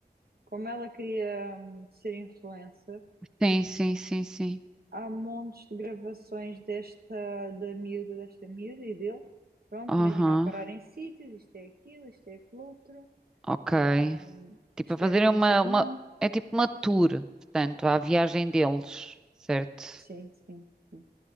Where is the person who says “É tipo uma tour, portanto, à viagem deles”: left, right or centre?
Centre